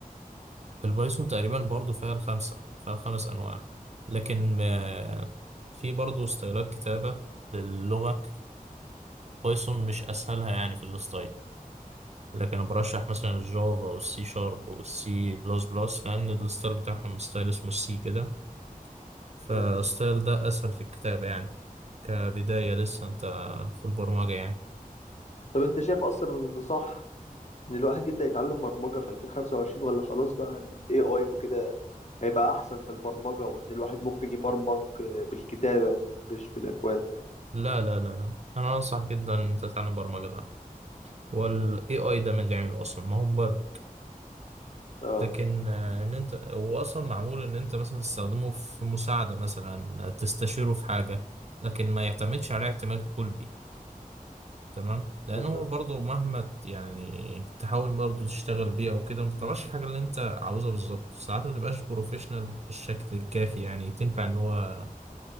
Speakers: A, on the right; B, on the left.
A: البايثون تقريبا برضو فيها الخمسة فيها الخمس أنواع لكن آه، في برضو ستايلات كتابة للغة بايثون مش أسهلها يعني في الستايل لكن أنا برشح مثلا الجافا والسي شارب والسي بلس بلس لأن الستايل بتاعهم ستايل اسمه السي كده فالستايل
B: آه
A: ده أسهل في الكتابة يعني كبداية لسه أنت في البرمجة يعني
B: طب أنت شايف أصلا إنه صح ان الواحد يبدأ يتعلم برمجة في 2025 ولا خلاص بقى ال AI وكده هيبقى احسن في البرمجة وان الواحد ممكن يبرمج آه، بالكتابة مش بالاكواد
A: لا لا لا لا أنا أنصح جدا أنت تتعلم برمجة الأول والاي اي ده من اللي عمله اصلا ما هو برمج
B: اه
A: لكن آه، ان انت هو اصلا معمول ان انت مثلا تستخدمه في مساعده مثلا تستشيره في حاجه لكن ما يعتمدش عليه اعتماد كلي تمام لانه
B: آه.
A: برضه مهما ت- يعني تحاول برضه تشتغل بيه او كده ما بتطلعش الحاجه اللي انت عاوزها بالظبط ساعات ما تبقاش بروفيشنال بالشكل الكافي يعني تنفع ان هو